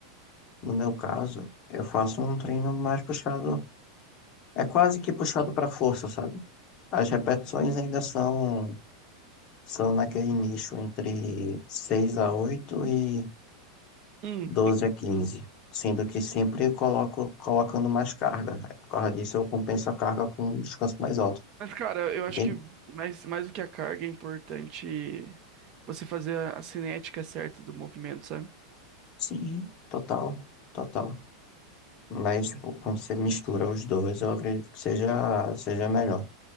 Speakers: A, on the left; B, on the right.
A: No meu caso, eu faço um treino mais puxado, é quase que puxado para força, sabe? As repetições ainda são, são naquele nicho entre 6 a 8 e
B: Hum,
A: 12 a 15, sendo que sempre coloco colocando mais carga. Por causa disso, eu compenso a carga com um descanso mais alto,
B: mas cara, eu acho
A: entende?
B: que mais, mais do que a carga é importante você fazer a a cinética certa do movimento, sabe?
A: Sim, total, total. Mas, tipo, quando você mistura os dois, eu acredito que seja, seja melhor.